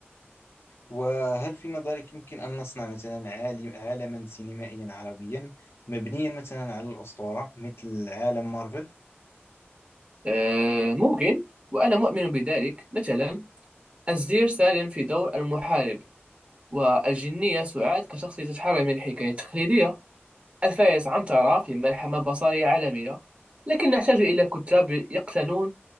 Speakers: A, on the left; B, on the right.
A: وهل في نظرك يمكن أن نصنع مثلا عالم عالما سينمائيا عربيا مبنيا مثلا على الأسطورة مثل عالم مارفل
B: آه، ممكن وأنا مؤمن بذلك مثلا الزير سالم في دور المحارب والجنية سعاد كشخصية تتحرر من الحكاية التقليدية الفيض عنترة في ملحمة بصرية عالمية لكن نحتاج إلى كتاب يقتنون